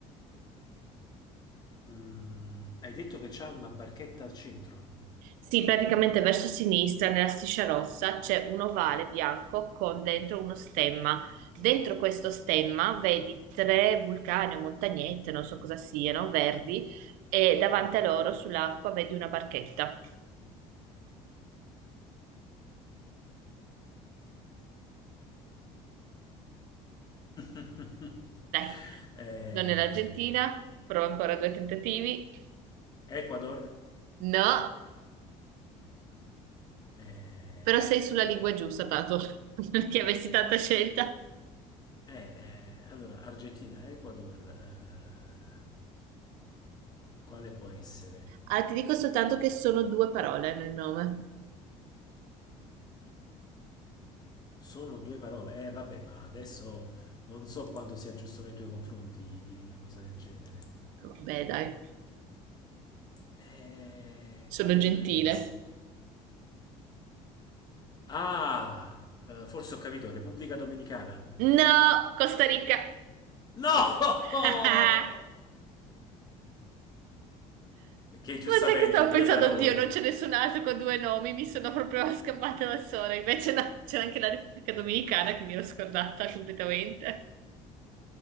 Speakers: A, on the left (about 30°); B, on the right (about 80°).
A: mm, Hai detto che c'è una barchetta al centro?
B: Sì, praticamente verso sinistra, nella striscia rossa, c'è un ovale bianco con dentro uno stemma. Dentro questo stemma vedi tre vulcani o montagnette, non so cosa siano, verdi, e davanti a loro sull'acqua vedi una barchetta.
A: <laughs>
B: Dai,
A: Eh,
B: non è l'Argentina, prova ancora due tentativi.
A: Ecuador,
B: No,
A: eh,
B: però sei sulla lingua giusta, tanto <laughs> perché avessi tanta scelta.
A: eh, eh, allora Argentina, Ecuador, eh, quale può essere?
B: Ah, ti dico soltanto che sono due parole nel nome.
A: Sono due parole, eh vabbè, ma adesso non so quanto sia giusto nei tuoi confronti dirmi una cosa del genere.
B: Vabbè, dai,
A: Eh,
B: sono
A: quali
B: gentile.
A: potrebbe essere? Ah, eh, forse ho capito, Repubblica Dominicana.
B: No, Costa Rica. <laughs>
A: No!
B: Ma
A: <laughs> Che giustamente
B: sai che stavo
A: due
B: pensando,
A: parole.
B: oddio, non c'è nessun altro con due nomi, mi sono proprio scappata da sola. Invece no, c'è anche la Repubblica Dominicana che mi ero scordata completamente.